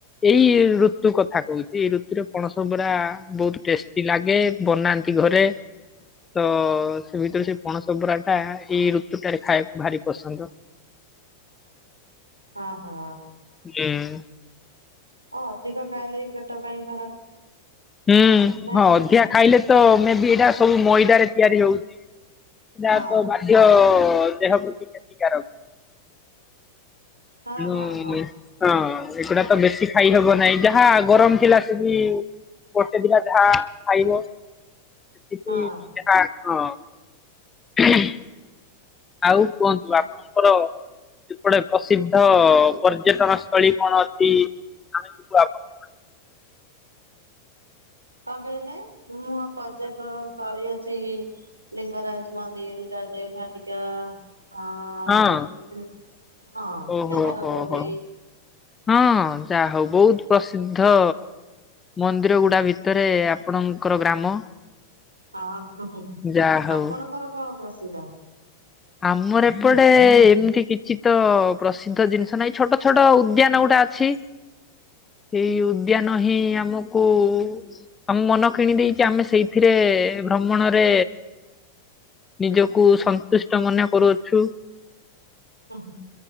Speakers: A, on the left; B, on the right.
A: ଏଇ ଋତୁ କଥା କହୁଛି, ଏଇ ଋତୁରେ ପଣସ ବରା ବହୁତ ଟେଷ୍ଟି ଲାଗେ। ବନାନ୍ତି ଘରେ, ତ ସେ ଭିତରେ ସେ ପଣସବରା ଟା, ଏଇ ଋତୁ ଟାରେ ଖାଇବାକୁ ଭାରି ପସନ୍ଦ।
B: ହଁ ହଁ
A: ହୁଁ <inaudible>
B: ଅ ଅଧିକ ଖାଇଲେ ବି ପେଟ ପାଇଁ ଖରାପ।
A: ହୁଁ
B: ନା
A: ହଁ
B: କି
A: ଅଧିକା ଖାଇଲେ ତ ମେ ବି ଏଇଟା ସବୁ ମଇଦାରେ ତିଆରି ହଉଛି। ଜା
B: ହଁ
A: ତ ବାଧ୍ୟ ଦେହ ପ୍ରତି କ୍ଷତିକାରକ
B: ହଁ
A: ମୁଁ
B: ହଁ ହଁ
A: <inaudible> ହଁ ଏଗୁଡା ତ ବେଶୀ ଖାଇହବ ନାହିଁ ଯାହା ଗରମ ଥିଲା ସେବି ଗୋଟେ ଦିଟା ଯାହା ଖାଇବ। <unintelligible>
B: ହଁ।
A: ଆଉ କୁହନ୍ତୁ ଆପଣଙ୍କର ସେପଟେ ପ୍ରସିଦ୍ଧ ପର୍ଯ୍ୟଟନ ସ୍ଥଳୀ କଣ ଅଛି ଆମେ ଯିବୁ ଆଉ <unintelligible>
B: କଁ କଇଲେ ମୁଁଆଁ ପର୍ଯ୍ୟଟନ ସ୍ଥଳୀ ଅଛି କି? ଲିଙ୍ଗରାଜ୍ ମନ୍ଦିର୍ ଜୟଦେବ୍ ଭାଟିକା। ଆଁ
A: ହଁ
B: ଯାଇଥିଲୁ ଯୋଉ ହଁ
A: ଓହୋ
B: କେଦାର
A: ହୋ
B: ଗୌରୀ।
A: ହୋ ହଁ ଯା ହଉ ବହୁତ ପ୍ରସିଦ୍ଧ। ମନ୍ଦିର ଗୁଡା ଭିତରେ ଆପଣଙ୍କର ଗ୍ରାମ
B: ହଁ ହେଁ
A: ଯାହା ହଉ
B: ଆପଣଙ୍କର କଣ ପ୍ରସିଦ୍ଧ?
A: ଆମର ଏପଟେ ଏମିତି କିଛି ତ ପ୍ରସିଦ୍ଧ ଜିନିଷ ନାହିଁ ଛୋଟ ଛୋଟ ଉଦ୍ୟାନ ଗୁଟା ଅଛି ସେଇ ଉଦ୍ୟାନ ହିଁ ଆମକୁ ଆମ ମନ କିଣି ଦେଇେଇଛି ଆମେ ସେଇଥିରେ ଭ୍ରମଣରେ ନିଜକୁ ସନ୍ତୁଷ୍ଟ ମନେ କରୁ ଅଛୁ।
B: ହୁଁ।